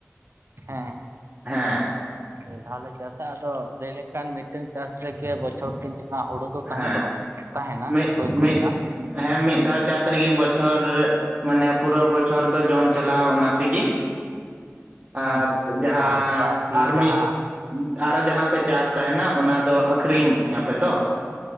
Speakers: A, on the right (about 60°); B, on the right (about 20°).
A: ᱦᱮᱸ ᱦᱮᱸ᱾
B: ᱦᱮᱸ
A: ᱯᱮ ᱫᱷᱟᱣᱞᱮ ᱪᱟᱥᱟ ᱟᱫᱚ ᱞᱟᱹᱭ ᱞᱮᱱᱠᱷᱟᱱ ᱢᱤᱫᱴᱟᱝ ᱪᱟᱥ ᱨᱮᱜᱮ ᱵᱚᱪᱷᱚᱨ ᱫᱤᱱ ᱨᱮᱱᱟᱜ ᱦᱩᱲᱩ ᱛᱟᱦᱮᱸ
B: ᱦᱮᱸ
A: ᱫᱚᱦᱚ ᱛᱟᱦᱮᱱᱟ
B: ᱢᱤᱫ
A: ᱦᱚᱭ ᱠᱩᱲᱟᱹᱜᱼᱟ
B: ᱢᱤᱫ
A: ᱾
B: ᱦᱮᱸ ᱢᱤᱫ ᱫᱷᱟᱣ ᱪᱟᱥ ᱨᱮᱜᱤ ᱵᱚᱪᱷᱚᱨ, ᱢᱟᱱᱮ ᱯᱩᱨᱟᱹ ᱵᱚᱪᱷᱚᱨ ᱫᱚ ᱡᱚᱢ ᱪᱟᱞᱟᱜᱼᱟ ᱚᱱᱟ ᱛᱮᱜᱮ, ᱟᱨ
A: ᱦᱮᱸ ᱦᱮᱸ
B: ᱡᱟᱦᱟᱸ
A: ᱟᱨ ᱵᱟᱠᱤ
B: ᱟᱨ
A: ᱡᱟᱦᱟᱸ
B: ᱢᱤᱫ ᱟᱨᱦᱚᱸ ᱡᱟᱦᱟᱸ ᱯᱮ ᱪᱟᱥ ᱛᱟᱦᱮᱱᱟ ᱚᱱᱟ ᱫᱚ ᱟᱠᱷᱨᱤᱧ ᱟᱯᱮ ᱛᱚ,